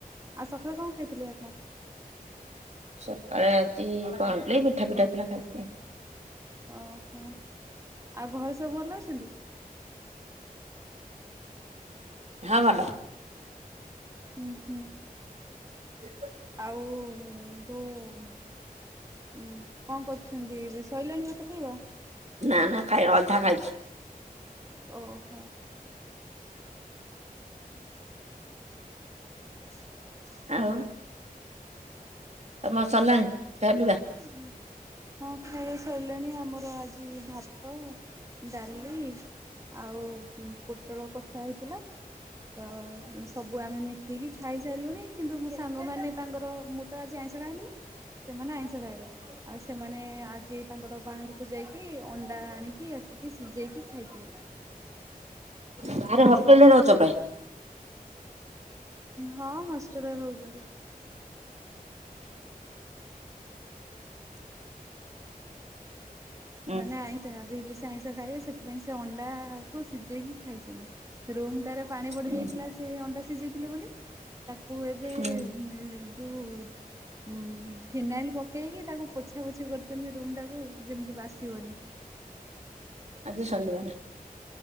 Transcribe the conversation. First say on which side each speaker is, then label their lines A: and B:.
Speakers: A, on the right; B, on the right.
A: ଆଉ ସକାଳେ କଣ ଖାଇଥିଲେ ଆପଣ?
B: ସକାଳେ ଆଜି କଣକି ମିଠା ଫିଠା ଥିଲା ଖାଇଥିଲେ।
A: ଓହୋ ଆଉ ଘରେ ସବୁ ଭଲ ଅଛନ୍ତି?
B: ହଁ ଭଲ।
A: ଉଁ ହୁଁ।
B: ଦେ ବେ ନା।
A: ଆଉ ଯୋଉ କଣ କରୁଛନ୍ତି ଏବେ ସଇଲାଣି ଭାତ ଖାଇବା?
B: ନା ନା ଖାଇବା ଅଧା ଖାଇଛି।
A: ଓହୋ। <inaudible>
B: ଆଉ ତମର ମସଲା ଖିଆ ପିଇବା।
A: ହୁଁ। ହଁ ଖାଇବା ସରିଲାଣି ଆମର ଆଜି ଭାତ, ଡାଲି ଆଉ ପୋଟଳ କଷା ହେଇଥିଲା ତ ସବୁ ଆମେ ମିଶିକି ଖାଇସାରିଲୁଣି କିନ୍ତୁ ମୋ ସାଙ୍ଗମାନେ ତାଙ୍କର ମୁଁ ତ ଆଜି ଆଇଁଷ ଖାାଇବିନି ସେମାନେ ଆଇଁଷ ଆଉ ସେମାନେ ଆଜି ତାଙ୍କର ବାହାରକୁ ଯାଇକି ଅଣ୍ଡା ଆଣିକି ଆସି ଟିକେ ସିଝେଇକି ଖାଇଥିଲେ
B: ବାହାରେ ହଷ୍ଟେଲରେ ରହୁଛ ପାଇଁ।
A: ହଁ ହଷ୍ଟେଲରେ ରହୁଛନ୍ତି।
B: ହ
A: ମାନେ ଆଇଁ ଯାହା ବି ହେଲେ ସେ ଆଇଁଷ ଖାଇବ ସେଥିପାଇଁ ସେ ଅଣ୍ଡାକୁ ସିଝେଇକି ଖାଇଛନ୍ତି। ରୁମ୍ ଟାରେ ପାଣି ପଡି
B: ଉଁ
A: ଯାଇଥିଲା ସେ ଅଣ୍ଡା ସିଝେଇଥିଲେ ବୋଲି। ତାକୁ ଏବେ
B: ହୁଁ
A: ଯେଉଁ ଉଁ ଫିନାଇଲ ପକେଇକି ତାକୁ ପୋଛା ପୋଛି କରୁଛନ୍ତି ରୁମ୍ ଟାକୁ ଯେମିତି ବାସିବନି।
B: ଆଜି ଶନିବାର